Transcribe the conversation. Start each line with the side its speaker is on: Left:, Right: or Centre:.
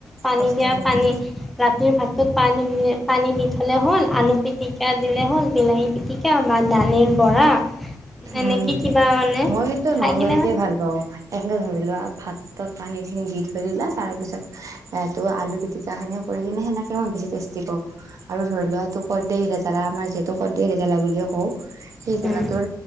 Centre: পানী
Right: কষ্টও
Centre: দিয়া
Right: নাই
Centre: পানী ৰাতিৰ ভাতটোত পানী পানী দি থ'লে হ'ল আলু পিটিকা দিলে হ'ল বিলাহী পিটিকা বা দালিৰ বৰা এনেকৈ
Right: উম
Centre: কিবা মানে
Right: মই কিন্তু
Centre: খাই
Right: নৰ্মেল
Centre: কিনে
Right: কে ভাল পাও এনেকে ধৰি লোৱা ভাতত পানী খিনি দি থৈ দিলা তাৰ পিছত এ ত আলু পিতিকা খিনিও কৰি কিনি সেনেকে তাকে মই বেছি টেষ্টি কওঁ আৰু ধৰি লোৱা এইটো কৰ্দে হিৰাতালা আমাৰ যিহেতু কৰ্দে হৰাতালা বুলি কওঁ সেই গল
Centre: উম
Right: তোৰ